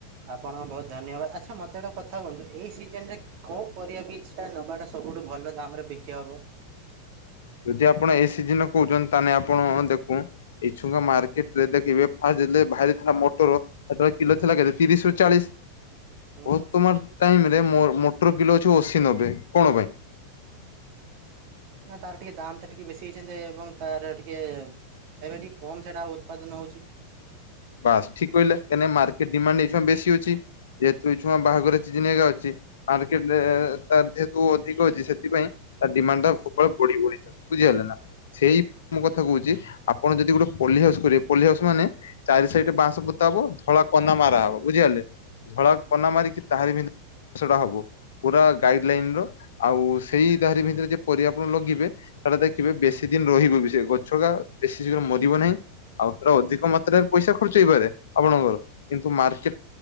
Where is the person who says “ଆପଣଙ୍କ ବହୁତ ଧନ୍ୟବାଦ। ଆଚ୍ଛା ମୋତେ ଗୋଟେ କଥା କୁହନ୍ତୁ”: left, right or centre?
Right